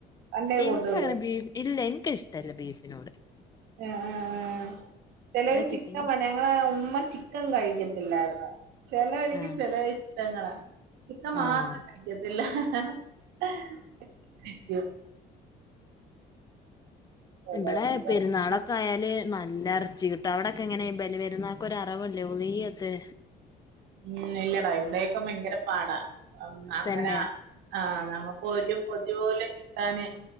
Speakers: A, on the right (about 90°); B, on the left (about 20°).
A: പണ്ടേ
B: ഇൻക്കങ്ങനെ
A: കൂട്ടൂലേ
B: ബീഫ് ഇല്ല ഇൻക്കിഷ്ടല്ല ബീഫിനോട്
A: ആഹ് ആഹ് ആഹ് ചെലരു
B: ഇവിടെ
A: ചിക്കൻ
B: ചിക്കന്
A: <unintelligible> ങ്ങളെ ഉമ്മ ചിക്കൻ കഴിക്കത്തില്ലാരുന്നു ചെലവര്ക്ക്
B: ആഹ്
A: ചെലെ ഇഷ്ടങ്ങളാ ചിക്കൻ മാത്രം
B: ആഹ്
A: കഴിക്കത്തില്ല <unintelligible> കഴിക്കും ഓരോരുത്തർക്കും
B: ഇബടെ പെരുന്നാളൊ ക്കായാല് നല്ല എറച്ചി കിട്ടും അവിടൊക്കെ ഇങ്ങനെ ബലി പെരുന്നാ ക്കൊരറവില്ലേ ഒളുഹിയത്ത്
A: ഉം ഇല്ലെടാ ഇവിടൊക്കെ ഭയങ്കര പാടാ അങ്ങനെ
B: തന്നെ
A: ആഹ് നമുക്ക് ഒരു പൊതിപോലും കിട്ടാന്